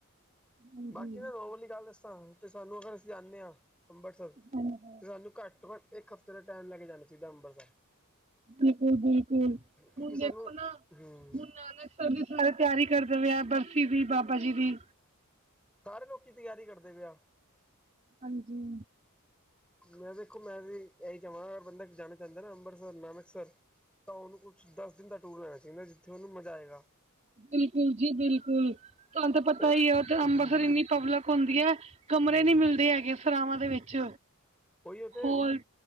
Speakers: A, on the right; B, in the centre.
A: ਹਾਂਜੀ
B: ਬਾਕੀ ਨਾ ਰੋ ਵਾਲੀ ਗੱਲ ਦੱਸਾਂ ਤੇ ਸਾਨੂੰ ਅਗਰ ਅਸੀਂ ਜਾਂਨੇ ਆ। ਅੰਬਰਸਰ
A: ਹਾਂਜੀ।
B: ਸਾਨੂੰ ਘੱਟ ਤੋਂ ਘੱਟ ਇੱਕ ਹਫਤੇ ਟਾਈਮ ਲੈ ਕੇ ਜਾਣਾ ਚਾਹੀਦਾ ਅੰਬਰਸਰ
A: ਬਿਲਕੁਲ-ਬਿਲਕੁਲ,
B: ਕਿਉਂਕਿ
A: ਹੁਣ
B: ਸਾਨੂੰ
A: ਦੇਖੋ ਨਾ
B: ਹੂੰ
A: ਹੁਣ ਨਾਨਕ ਸਰ ਜੀ ਸਾਰੇ ਤਿਆਰੀ ਕਰਦੇ ਪਏ ਆ ਬਰਸੀ ਦੀ ਬਾਬਾ ਜੀ ਦੀ।
B: ਕਰ ਲੋਕੀ ਤਿਆਰੀ ਕਰਦੇ ਪਏ ਆ
A: ਹਾਂਜੀ
B: ਮੈਂ ਵੇਖੋ ਮੈਂ ਵੀ ਇਹੀ ਚਾਵਾਂਗਾ ਬੰਦਾ ਜਾਣਾ ਚਾਹੁੰਦਾ ਨਾ ਅੰਮ੍ਰਿਤਸਰ ਨਾਨਕ ਸਰ ਤਾਂ ਉਹਨੂੰ ਕੁਛ ਦਸ ਦਿਨ ਦਾ ਟੂਰ ਲੈਣਾ ਚਾਈਦਾ ਜਿੱਥੇ ਉਹਨੂੰ ਮਜ਼ਾ ਆਏਗਾ।
A: ਬਿਲਕੁਲ ਜੀ ਬਿਲਕੁਲ ਤੁਹਾਨੂੰ ਤਾਂ ਪਤਾ
B: ਉਹ
A: ਈ ਹੈ ਉਥੇ ਅੰਮਬਰਸਰ
B: ਹੂੰ ਹੂੰ
A: ਇੰਨੀ ਪਬਲਿਕ ਹੁੰਦੀ ਹੈ। ਕਮਰੇ
B: ਹੂੰ
A: ਨੀ ਮਿਲਦੇ ਹੈਗੇ ਸਰਾਵਾਂ ਦੇ ਵਿੱਚ
B: ਉਹੀ ਉਹ ਤੇ
A: ਹੋਲ